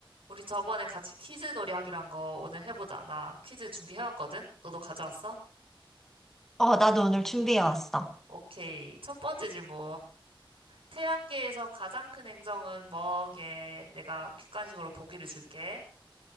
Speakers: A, on the right (about 80°); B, in the centre.
A: 우리 저번에 같이 퀴즈 놀이 하기로 한 거 오늘 해보자. 나 퀴즈 준비해왔거든? 너도 가져왔어?
B: 어, 나도 오늘 준비해 왔어.
A: 오케이. 첫 번째 질문. 태양계에서 가장 큰 행성은 뭐게? 내가 객관식으로 보기를 줄게.